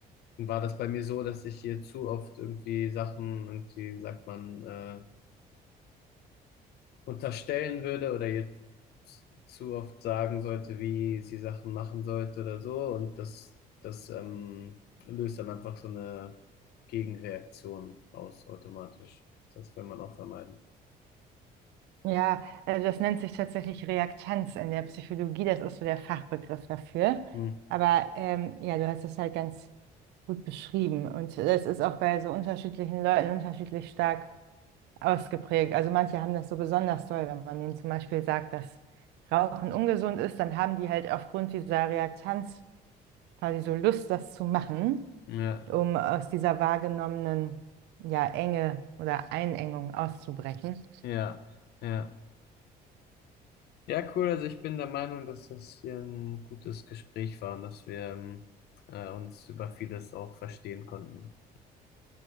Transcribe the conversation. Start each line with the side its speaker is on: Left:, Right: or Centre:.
Left: war das bei mir so, dass ich hier zu oft irgendwie Sachen und die sagt man äh, unterstellen würde oder jetzt zu oft sagen sollte, wie sie Sachen machen sollte oder so und das das ähm, löst dann einfach so eine Gegenreaktion aus automatisch. Das will man auch vermeiden.
Right: Ja, also das nennt sich tatsächlich Reaktanz in der Psychologie, das ist so der Fachbegriff dafür.
Left: Hm.
Right: Aber ähm, ja, du hast es halt ganz gut beschrieben und das ist auch bei so unterschiedlichen Leuten unterschiedlich stark ausgeprägt. Also manche haben das so besonders doll, wenn man denen zum Beispiel sagt, dass Rauchen ungesund ist, dann haben die halt aufgrund dieser Reaktanz quasi so Lust, das zu machen,
Left: Ja,
Right: um aus dieser wahrgenommenen, ja, Enge oder Einengung auszubrechen.
Left: ja, ja. Ja, cool. Also ich bin der Meinung, dass das hier ein gutes Gespräch war und dass wir ähm, äh, uns über vieles auch verstehen konnten.